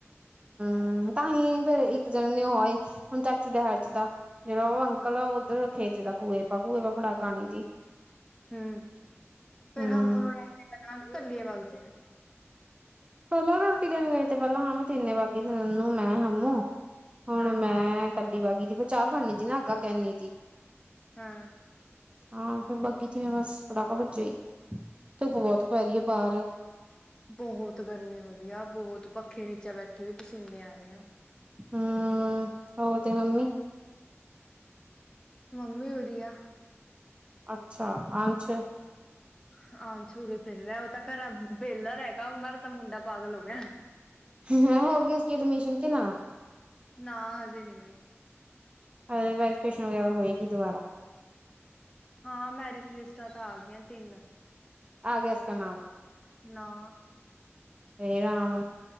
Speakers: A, on the right; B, on the left.
A: ਹਮ ਤਾਂਹੀ ਫੇਰ ਇੱਕ ਜਣੇ ਨੇ ਉਹਏ ਹੁਣ ਚਾਚੂ ਡਹਿਰ ਚ ਤਾਂ ਜਿਹੜਾ ਉਹ ਅੰਕਲ ਆ ਉੱਧਰ ਖੇਚ ਦਾ ਘੂਹੇ ਕੁੂਹੇ ਫੜਾ ਪਾਣੀ ਦੀ
B: ਹਮ ਫੇਰ
A: ਹੂੰ
B: ਹਮ ਉਹਨ ਲੈ ਕੇ ਪਤੰਗ ਕਲੇ ਬਾਗੀ ਚ
A: ਪਹਿਲਾਂ ਰੋਟੀ ਦੇਣ ਗਏ ਤੇ ਪਹਿਲਾਂ ਹਾਂ ਤਿੰਨੇ ਬਾਗੇ ਤਨੂੰ ਮੈਂ ਹਾਮੂੰ ਹੁਣ
B: ਹਾਂ
A: ਮੈਂ ਕੀ ਬਾਗੀ ਸੀ ਫਿਰ ਚਾਹ ਫੜਨੀ ਸੀ ਨਾ ਅੱਗਾ ਕਹਨੀ ਸੀ
B: ਹਾਂ
A: ਹਾਂ ਫ ਬਾਗੀ ਸੀ ਮੈਂ ਬਸ ਫੜਾਕਾ ਵੱਜਿਆ ਹੀ ਧੁੱਪ ਬਹੁਤ ਪੈ ਰਹੀ ਹੈ ਬਾਹਰ
B: ਬਹੁਤ ਗਰਮੀ ਹੋ ਰਹੀ ਆ ਬਹੁਤ ਪੱਖੇ ਨੀਚਾ ਬੈਠੇ ਵੀ ਪਸੀਨੇ ਆ ਰਹੇ ਆ
A: ਹਮ ਹੋਰ ਤੇ ਮੰਮੀ
B: ਮੰਮੀ ਉਰੀਆ
A: ਅੱਛਾ ਅਛ
B: ਹਾਂ ਛੂਰੇ ਫਿਰ ਰਿਹਾ ਉਹ ਤਾਂ ਘਰ ਵਿਹਲਾ ਰਹਿ ਗਿਆ ਮਰ ਤਾਂ ਮੁੰਡਾ ਪਾਗਲ ਹੋ ਗਿਆ
A: ਮੈਂ ਹੋ ਗਈ ਉਸ ਐਡਮਿਸ਼ਨ ਕਿ ਨਾ
B: ਨਾ ਹਜੇ ਨਹੀਂੀ ਹੋਈ
A: ਅ ਰਜਿਸਟ੍ਰੇਸ਼ਨ ਵਗੈਰਾ ਹੋਏਗੀ ਦੁਬਾਰਾ
B: ਹਾਂ ਮੈਰਿਟ ਲਿਸਟਾਂ ਤਾਂ ਆ ਗਈਆਂ ਤਿੰਨ
A: ਆ ਗਿਆ ਇਸ ਕਾ ਨਾਮ
B: ਨਾ
A: ਹੇ ਰਾਮ